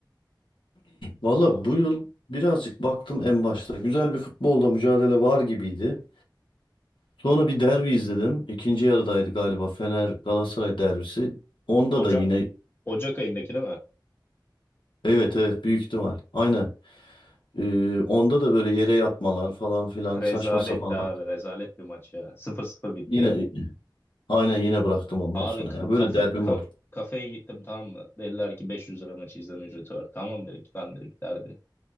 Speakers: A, on the left (about 85°); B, on the left (about 30°).
A: Valla bu yıl birazcık baktım en başta. Güzel bir futbolda mücadele var gibiydi. Sonra bir derbi izledim. İkinci yarıdaydı galiba Fener Galatasaray derbisi. Onda
B: Ocak
A: da yine
B: Ocak ayındaki değil mi?
A: evet evet büyük ihtimal. Aynen. Ee, onda da böyle yere yatmalar falan filan
B: Rezalet
A: saçma sapan.
B: de abi rezalet bir maç ya. sıfır 0 bitti
A: Yine
B: ya.
A: aynen yine bıraktım ondan
B: Abi
A: sonra
B: k-
A: ya. Böyle
B: kafe
A: derbim
B: ka-
A: olur.
B: kafeye gittim tamam mı? Dediler ki 500 lira maçı izleme ücreti var. Tamam dedik lan dedik derbi